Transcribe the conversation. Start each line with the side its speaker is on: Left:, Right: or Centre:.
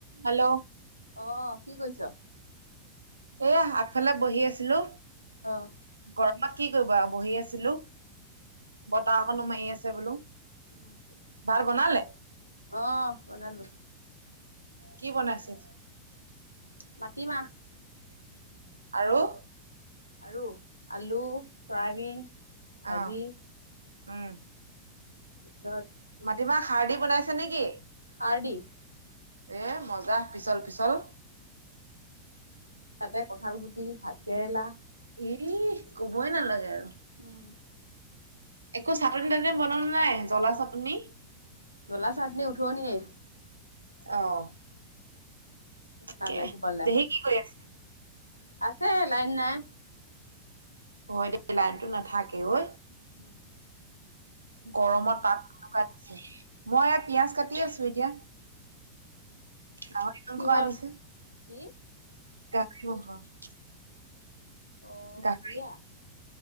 Right: Hello.
Left: অ', কি কৰিছ?
Right: এয়া আগফালে বহি আছিলো।
Left: অ'।
Right: গৰমত কি কৰিবা বহি আছিলো বতাহ অকণো মাৰি আছে বোলো।
Left: উম।
Right: ভাত বনালে?
Left: অহ বনালো।
Right: কি বনাইছে?
Left: মাটি মাহঁ।
Right: আৰু?
Left: আৰু আলু চয়াবিন ভাজি
Right: অ', উম।
Left: তাৰপিছত
Right: মাটিমাহ খাৰ দি বনাইছে নে কি?
Left: খাৰ দি।
Right: এ মজা পিছল পিছল।
Left: ভজা। তাতে কঠালগুটি ভাত কেৰেলা
Right: ইহ ক'বই নালাগে আৰু।
Left: উম।
Right: একো চাটনি তাটনি বনোৱা নাই জ্বলা চাটনি?
Left: জলা চাটনি উঠনিয়ে?
Right: অ'।
Left: বনালে
Right: তাকে
Left: গোপালে
Right: দেহি কি কৰি আছে?
Left: আছে লাইন নাই।
Right: হয় দে লাইনতো নাথাকে ঐ।
Left: উম।
Right: গৰমত তাপ এনেকুৱা দিছে মই পিয়াজ কাটি আছো এতিয়া। গাহৰি মাংস
Left: কিহৰ
Right: আনিছে
Left: কি
Right: গাহৰি মাংস।
Left: অ',
Right: গাহৰি
Left: দিয়া।